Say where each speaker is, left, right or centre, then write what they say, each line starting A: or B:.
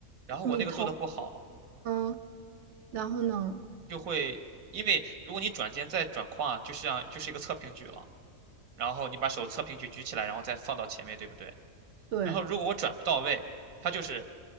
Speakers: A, on the right (about 80°); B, on the right (about 60°).
A: 然后我那个做的不好，
B: 你头，嗯，然后呢，
A: 就会，因为如果你转肩再转胯，就像就是一个侧平举了。然后你把手侧平举举起来，然后再放到前面，对不对？
B: 对，
A: 然后如果我转不到位，它就是